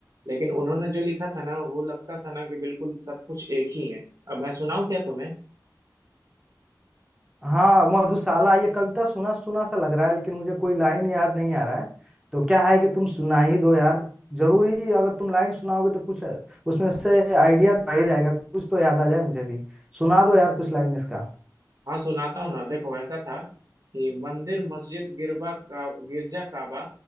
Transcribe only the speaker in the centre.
हाँ मधुशाला ये कविता सुना सुना सा लग रहा है लेकिन मुझे कोई लाइन याद नहीं आ रहा है तो क्या है कि तुम सुना ही दो यार जरूरी अगर तुम लाइन सुनाओगे तो कुछ उसमें से आइडिया तो आ ही जाएगा कुछ तो याद आ जाए मुझे भी सुना दो यार कुछ लाइन इसका